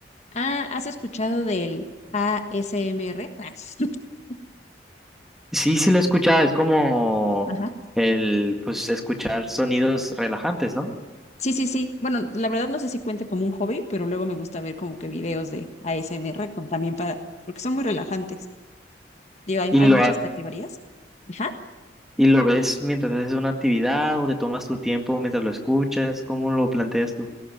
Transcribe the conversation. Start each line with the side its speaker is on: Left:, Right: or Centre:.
Left: Ah, ¿has escuchado del a s ASMR? <laughs>
Centre: Sí, sí lo he escuchado, es como
Left: Ajá.
Centre: el, pues, escuchar sonidos relajantes, ¿no?
Left: Sí, sí, sí. Bueno, la verdad no sé si cuente como un hobby, pero luego me gusta ver como que videos de a s ASMR con- también para, porque son muy relajantes. Digo, hay,
Centre: Y
Left: hay
Centre: lo,
Left: muchas
Centre: ha-
Left: categorías. ajá
Centre: y lo ves mientras haces una actividad o te tomas tu tiempo mientras lo escuchas, ¿cómo lo planteas tú?